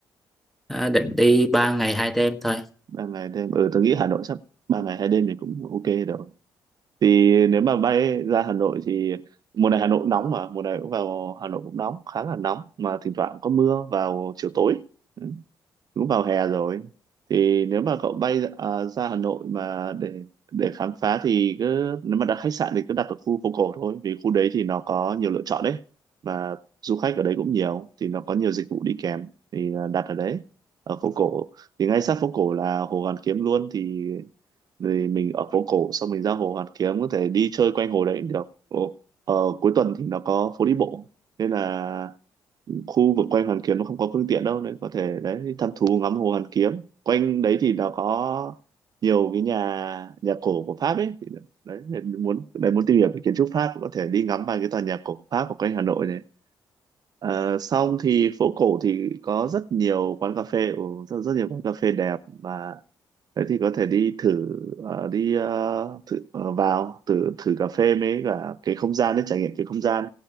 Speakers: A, in the centre; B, on the right.
A: à, định đi ba ngày hai đêm thôi
B: ba ngày thêm ừ tớ nghĩ Hà Nội sắp ba ngày hai đêm thì cũng ok rồi thì nếu mà bay ra Hà Nội thì mùa này Hà Nội cũng nóng mà mùa này cũng vào Hà Nội cũng nóng khá là nóng mà thỉnh thoảng có mưa vào chiều tối Ừ cũng vào hè rồi thì nếu mà cậu bay à, ra Hà Nội mà để để khám phá thì cứ nếu mà đặt khách sạn thì cứ đặt ở khu phố cổ thôi vì khu đấy thì nó có nhiều lựa chọn đấy và du khách ở đấy cũng nhiều thì nó có nhiều dịch vụ đi kèm thì là đặt ở đấy ở phố cổ thì ngay sát phố cổ là Hồ Hoàn Kiếm luôn thì thì mình ở phố cổ xong mình ra Hồ Hoàn Kiếm có thể đi chơi quanh hồ đấy cũng được Ồ, ở cuối tuần thì nó có phố đi bộ nên là khu vực quanh Hoàn Kiếm nó không có phương tiện đâu nên có thể đấy thăm thú ngắm hồ Hoàn Kiếm quanh đấy thì nó có nhiều cái nhà nhà cổ của Pháp ấy Thì đấy thì muốn đấy muốn tìm hiểu về kiến trúc Pháp có thể đi ngắm vài cái tòa nhà cổ của Pháp ở quanh Hà Nội này Ờ, xong thì phố cổ thì có rất nhiều quán cà phê ừ, rất, rất nhiều quán cà phê đẹp và thế thì có thể đi thử ờ, đi ờ, thử ờ, vào thử thử cà phê mới cả cái không gian đấy trải nghiệm cái không gian